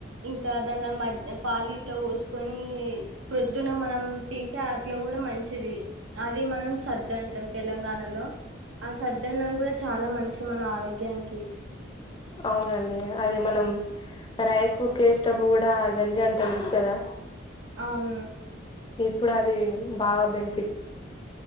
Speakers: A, on the right; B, on the left.
A: ఇంకా దాన మద్య పాలి ఇట్లా పోసుకొని ప్రొద్దున మనం తింటే అట్ల కూడా మంచిది అది మనం సర్ద్దంటాం తెలంగాణలో ఆ సద్దన్నం కూడా చాలా మంచి ది మన ఆరోగ్యానికి
B: అవునండి అది మనం రైస్ కుక్ చేసేటప్పుడు కూడా గంజి అంటం చూశారా
A: అవును
B: ఇప్పుడు అది బాగా బెనిఫిట్